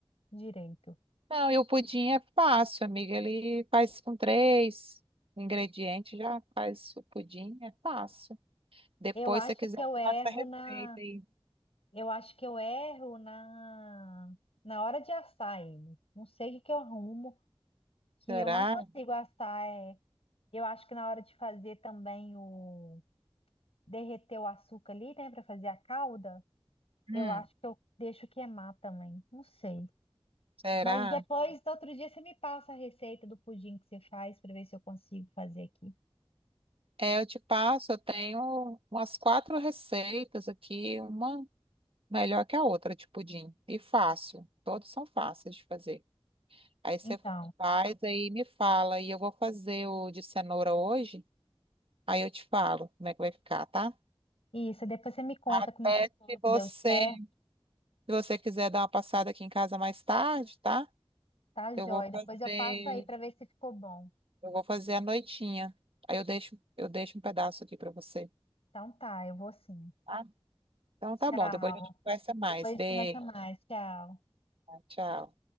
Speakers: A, on the left; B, on the right.
A: direito.
B: Não, e o pudim é fácil, amiga. Ele faz com três ingredientes, já faz o pudim, é fácil. Depois,
A: Eu acho
B: se você quiser,
A: que eu
B: eu
A: erro
B: faço a receita
A: na,
B: aí.
A: eu acho que eu erro na, na hora de assar ele. Não sei o que que eu arrumo, que
B: Será?
A: eu não consigo assar. é. eu acho que na hora de fazer também o derreter o açúcar ali, né, para fazer a calda,
B: Hum,
A: eu acho que eu deixo queimar também. Não sei.
B: será?
A: Mas depois, outro dia, você me passa a receita do pudim que você faz para ver se eu consigo fazer aqui.
B: É, eu te passo, eu tenho umas quatro receitas aqui, uma melhor que a outra de pudim. E fácil. Todos são fáceis de fazer. Aí você
A: Então,
B: faz, aí me fala. E eu vou fazer o de cenoura hoje. Aí eu te falo como é que vai ficar, tá?
A: isso. Depois você me conta
B: Até
A: como é que foi,
B: se
A: se
B: você,
A: deu certo,
B: se você quiser dar uma passada aqui em casa mais tarde, tá?
A: tá,
B: Eu
A: joia?
B: vou
A: Depois
B: fazer,
A: eu passo aí para ver se ficou bom.
B: eu vou fazer a noitinha. Aí eu deixo, eu deixo um pedaço aqui pra você,
A: Então tá, eu vou sim.
B: tá? Então
A: Tchau.
B: tá bom, depois a gente conversa mais.
A: Depois a
B: Beijo,
A: gente conversa mais. Tchau.
B: tchau.